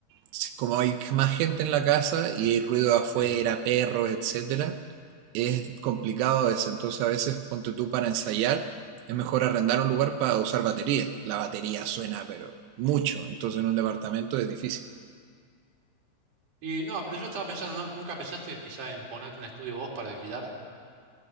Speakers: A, on the right; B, on the right.
A: si- como hay más gente en la casa y hay ruido de afuera,
B: Sí, sí.
A: perros, etcétera, es complicado a veces. Entonces, a veces ponte tú para ensayar, es mejor arrendar un lugar para usar batería. La batería suena, pero mucho. Entonces, en un departamento es difícil.
B: Y no, pero yo estaba pensando, ¿no? ¿Nunca pensaste quizá en ponerte un estudio vos para alquilar?